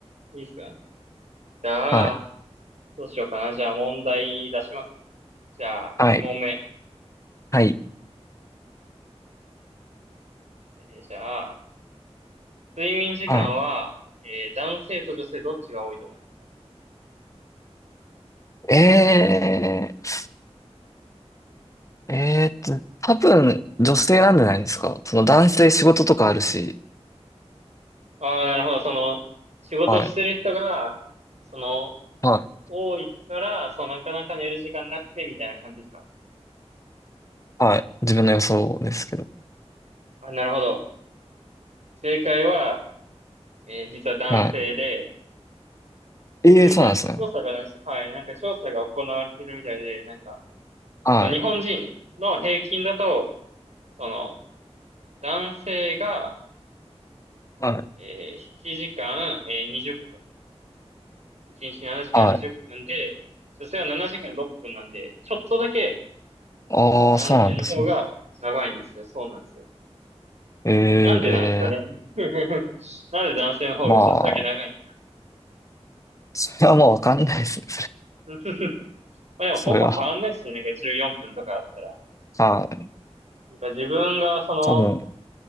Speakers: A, on the right; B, on the left.
A: いいですかじゃあ、
B: はい。
A: どうしようかな。じゃあ問題出しますね。じゃあ、
B: はい。
A: 1問目。
B: はい。
A: えーじゃあ、睡眠時間は、
B: はい。
A: えー男性と女性どっちが多いと思いますか
B: えー、えーっと、多分女性なんじゃないですか。その男性仕事とかあるし。
A: ああー、なるほど。その、仕事してる人が、
B: はい。
A: その、
B: はい。
A: 多いから、そう、なかなか寝る時間なくて、みたいな感じですか
B: はい。自分の予想ですけど。
A: あ、なるほど。正解は、えー実は男性で、
B: はい。ええー、
A: なんか、
B: そうなんですね。
A: 調査がなんか、はい、なんか調査が行われてるみたいで、なんか、
B: はい。
A: その日本人の平均だと、その、男性が、
B: はい。
A: えー、7時間、えー、20分、1日7時間20分で、
B: はい。
A: 女性は7時間6分なんで、ちょっとだけ
B: ああ、
A: 男性の方が長いんですよ。
B: そうなんですね。
A: そうなんですよ。
B: ええ
A: なんでなんですかね。<laughs> なんで男性の方がちょっとだけ長いんですか
B: ー、まあ。それはもうわかんないですね。
A: うん <laughs> まあでもほぼ変わんないっすよね。
B: それは。
A: なんか14分とかあったら。
B: それは。はい。
A: なんか自分がその、
B: 多分、